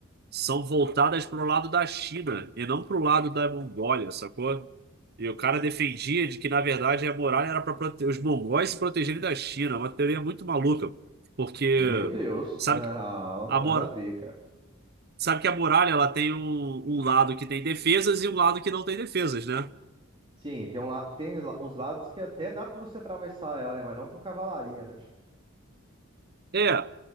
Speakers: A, on the right; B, on the right.
A: são voltadas pro lado da China e não pro lado da Mongólia, sacou? E o cara defendia de que, na verdade, a muralha era para prote... os mongóis se protegerem da China. É Uma teoria muito maluca, porque
B: Meu Deus,
A: sabe
B: não,
A: que a
B: nada
A: mora
B: a ver, cara
A: Sabe que a muralha ela tem um, um lado que tem defesas e um lado que não tem defesas, né?
B: Sim, tem, um, la- tem la- uns lados que até dá pra você atravessar ela, né? Mas não com cavalaria, né?
A: É,